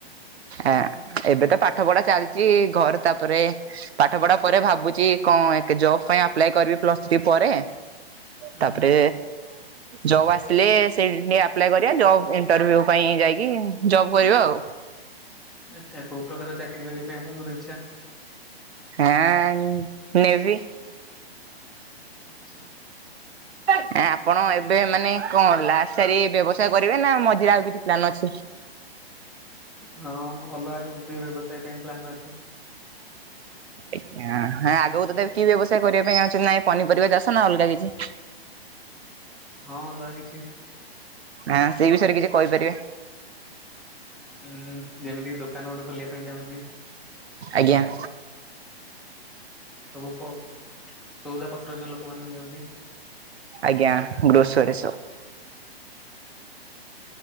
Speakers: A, on the right; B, in the centre.
A: ଆ ଏବେ ତ ପାଠ ପଢା ଚାଲିଚି। ଘରେ ତାପରେ ପାଠ ପଢା ପରେ ଭାବୁଚି କଣ ଏକ ଜବ ପାଇଁ ଆପ୍ଲାଏ କରିବି ପ୍ଲସ ଥ୍ରୀ ପରେ। ତା
B: ଉଁ
A: ପରେ
B: ହୁଁ
A: ଜବ ଆସିଲେ ସେ ଏ <unintelligible> ଅପ୍ଲାଏ କରିବା। ଜବ ଇନ୍ ଇଣ୍ଟରଭ୍ୟୁ ପାଇଁ ଯାଇକି ଜବ୍ କରିବା ଆଉ।
B: ଆଚ୍ଛା କୋଉ ପ୍ରକାର ଚାକିରି କରିବା ପାଇଁ ଆପଣଙ୍କର ଇଚ୍ଛା?
A: ହେଁ ଅଁ ନେଭି।
B: ଆଚ୍ଛା।
A: ଆଁ ଆପଣ ଏବେ ମାନେ କଣ ଲାସ ସାରି ବ୍ୟବସାୟ କରିବେ। ନା ମଝିରେ ଆଉ କିଛି ପ୍ଲାନ୍ ଅଛି?
B: ହଁ ଅଲଗା କୁ ବି ବ୍ୟବସାୟ ପାଇଁ ପ୍ଲାନ୍ ଅଛି।
A: ଆଜ୍ଞା ହେଁ ଆଗକୁ ତଥାପି କି ବ୍ୟବସାୟ କରିବା ପାଇଁ ଚାହୁଁଚନ୍ତି ନାଇଁ ପନିପରିବା ଚାଷ ନା ଅଲଗା କିଛି?
B: ହଁ ଅଲଗା କିଛି।
A: ଆଁ ସେଇ ବିଷୟରେ କିଛି କହିପାରିବେ?
B: ଉଁ ଯେମିତି କିି ଦୋକାନ ଗୋଟେ ଖୋଲିବା ପାଇଁ ଚାହୁଁଚି।
A: ଆଜ୍ଞା।
B: ସବୁପ ସଉଦା ପତ୍ର ଯୋଉ ଲୋକମାନେ ନିଅନ୍ତି।
A: ଆଜ୍ଞା ଗ୍ରୀସରୀ ସପ୍।